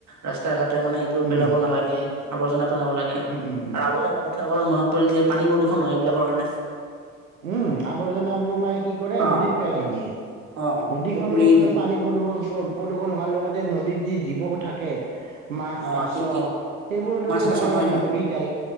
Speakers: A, on the right; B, on the right.
A: ৰাস্তা ঘাট তাতে মানে এইবোৰো পেলাব
B: উম
A: নালাগে আবৰ্জনা বনাব লাগে
B: উম উম উম
A: আৰু আৱৰ্জনা তাৰপৰা মনত পৰিলে যে পানী প্ৰদূষণ হয় এইবিলাকৰ কাৰণে।
B: উম আৱৰ্জনাবোৰ মানে কি কৰে
A: অ
B: নদীত পেলাই দিয়ে
A: অ
B: নদী
A: পুখুৰী
B: <unintelligible>
A: নব
B: পানী প্ৰদূষণ প-প্ৰদূষণ হোৱাৰ লগতে নদীত যি জীৱ থাকে মাছ
A: অ
B: কাছ
A: ঠিক
B: সেইবোৰতোতো
A: ঠিক মাছ কাছ
B: মানে
A: হয় হয়
B: মৰি যায়